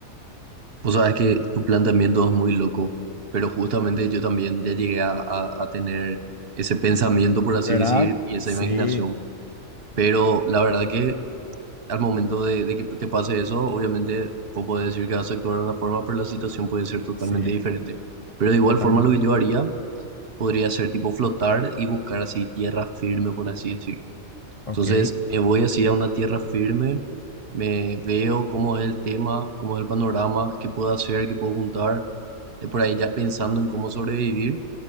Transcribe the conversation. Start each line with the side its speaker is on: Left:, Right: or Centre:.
Right: Vos sabés que tu planteamiento es muy loco, pero justamente yo también ya llegué a, a- a tener ese pensamiento, por así
Left: ¿Verdad?
Right: decir, y esa
Left: Sí,
Right: imaginación. Pero la verdad que al momento de, de que te pase eso, obviamente vos podés decir que vas a actuar de una forma, pero la situación puede ser totalmente
Left: sí,
Right: diferente. Pero de igual
Left: totalmente.
Right: forma lo que yo haría podría ser tipo flotar y buscar así tierra firme, por así decir.
Left: Ok,
Right: Entonces me voy así a una tierra firme, me veo cómo es el tema, cómo es el panorama, qué puedo hacer, qué puedo juntar, de por ahí ya pensando en cómo sobrevivir,